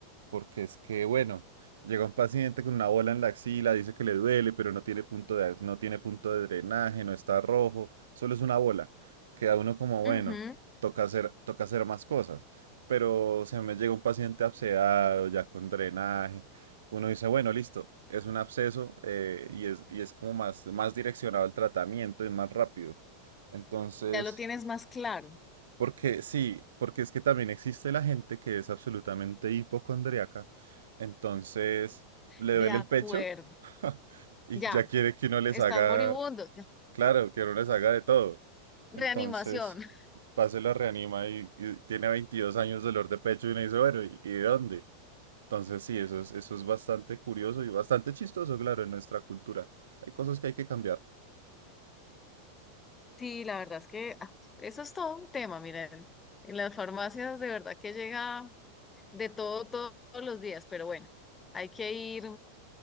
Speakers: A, on the right (about 65°); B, on the left (about 20°).
A: porque es que, bueno, llega un paciente con una bola en la axila, dice que le duele, pero no tiene punto de, no tiene punto de drenaje, no está rojo, solo es una bola. Queda uno como, bueno,
B: Ujú,
A: toca hacer, toca hacer más cosas. Pero se me llega un paciente abscedado, ya con drenaje. Uno dice, bueno, listo, es un absceso eh, y es, y es como más, más direccionado el tratamiento y más rápido. Entonces,
B: Ya lo tienes más claro.
A: porque sí, porque es que también existe la gente que es absolutamente hipocondriaca, entonces le
B: De
A: duele
B: acuerdo.
A: el pecho <laughs> y
B: Ya.
A: ya quiere que uno les
B: están
A: haga,
B: moribundos. ya,
A: claro, que uno les haga de todo.
B: Reanimación.
A: Entonces,
B: <laughs>
A: pase la reanima y, y tiene 22 años de dolor de pecho y uno dice, bueno, ¿y, y de dónde? Entonces, sí, eso es, eso es bastante curioso y bastante chistoso, claro, en nuestra cultura. Hay cosas que hay que cambiar.
B: Sí, la verdad es que ah, eso es todo un tema, miren. En las farmacias de verdad que llega de todo, todo- todos los días, pero bueno, hay que ir